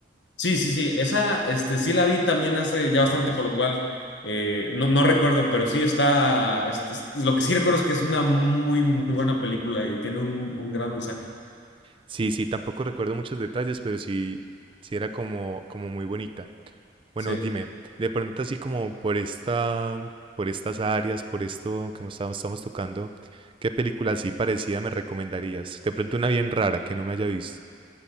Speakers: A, on the left (about 75°); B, on the right (about 30°).
A: Sí, sí, sí. Esa, este, sí la vi también hace ya bastante, por lo cual eh, no, no recuerdo, pero sí está, es- es- lo que sí recuerdo es que es una muy, muy buena película y tiene un, un gran mensaje.
B: Sí, sí, tampoco recuerdo muchos detalles, pero sí, sí era como, como muy bonita. Bueno,
A: Sí.
B: dime, de pronto así como por esta, por estas áreas, por esto que estamos, estamos tocando, ¿qué película así parecida me recomendarías? De pronto una bien rara que no me haya visto.